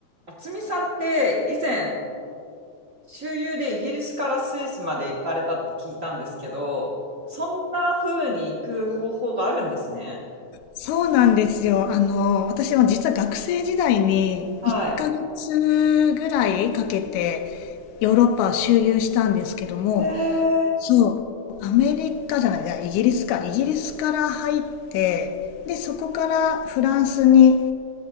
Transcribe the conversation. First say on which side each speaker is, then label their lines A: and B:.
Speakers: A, on the right; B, on the left.
A: 渥美さんって以前、周遊でイギリスからスイスまで行かれたって聞いたんですけど、そんな風に行く方法があるんですね。
B: そうなんですよ。あの、私は実は学生時代に1ヶ月ぐらいかけて
A: はい。
B: ヨーロッパを周遊したんですけども、
A: えー、
B: そう、アメリカじゃない、いやイギリスか、イギリスから入って、で、そこからフランスに